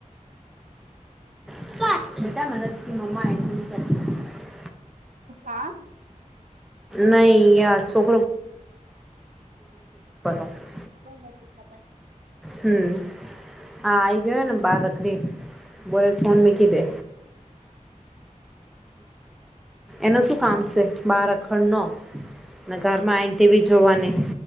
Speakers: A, in the centre; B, on the right.
A: <unintelligible>
B: હા
A: નહી છોકરો <unintelligible>
B: ખબર નથી ખબર
A: હમ હા આવીઈ ગયોને બહાર રખડી બોલે ફોન મેકીદે એનું શું કામ છે માર ખડનો ને ઘરમાં આઇ ન ટીવી જોવાની